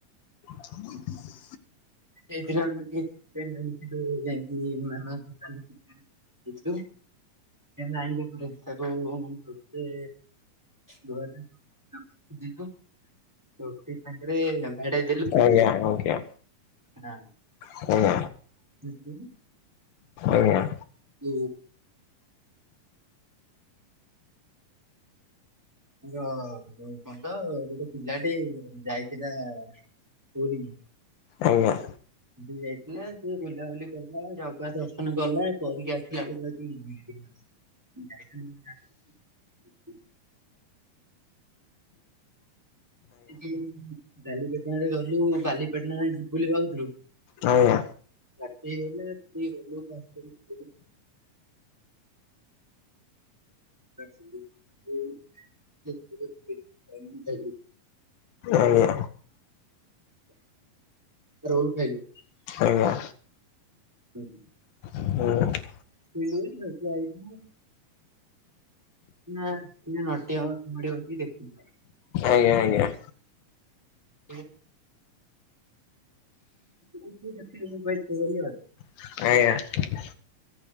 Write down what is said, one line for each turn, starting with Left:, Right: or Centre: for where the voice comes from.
Left: <inaudible>
Centre: ଏଇଥର ଟିକେ <unintelligible> ମାନା ଦୋକାନ <unintelligible> ଉ ଥେଉ ଏନ୍ତି <unintelligible> ତାକୁ ଗୋଟେ ଧୁଆଧୁଇ <inaudible> ଯିବ ରୋଟି ସାଙ୍ଗରେ ଆମ ଆଡ଼େ
Left: ଆଜ୍ଞା ଆଜ୍ଞା।
Centre: ହଁ।
Left: ହଁ।
Centre: ବେ ଫେରି।
Left: ଆଜ୍ଞା।
Centre: ଉ ମୋର ଯୋଉ କଁ ତ ଗୋଟେ ପିଲାଟେ ଯାଇଥିଲା ପୁରୀ।
Left: ଆଜ୍ଞା।
Centre: ଦି ଯାଇଥିଲା ସିଏ ବୁଲାବୁଲି କରୁଥୁଲା ଜଗା ଦର୍ଶନ କଲା କରିକି ଆସିଲା ଆଳୁକୁ ହେଠି <unintelligible> ମୁଁ ଯାଇଥିଲି ଗୋଟେ ଜାକୁ। <unintelligible> ବାଲିପେଟଣାରେ ଗଲୁ ବାଲିପେଟଣା ଯାଏଁ ଯିବୁ ବୋଲି ଭାବୁଥୁଲୁ।
Left: ହଁ।
Centre: ରାତି ହେଇଗଲେ ସେଠି <unintelligible> <unintelligible>
Left: ଆଜ୍ଞା
Centre: ରୋଲ୍ ଖାଇଲୁ।
Left: ଆଜ୍ଞା।
Centre: ଆ ହୁଁ।
Left: ହଁ।
Centre: ଏ ଆଉ ରଜ ଆଇଥମୁ। ନାଁ ଏଇନେ ନଟିଆ କମେଡି଼ ସୋମୁ ହରିଆ ବସି ଦେଖୁଛୁ।
Left: ଆଜ୍ଞା ଆଜ୍ଞା।
Centre: ଏ ମୁଁ ତୁ କଥା ହୁଏ ଦେଖିଚୁ ମୋବାଇଲ୍ କଲ୍ ରେ?
Left: ଆଜ୍ଞା।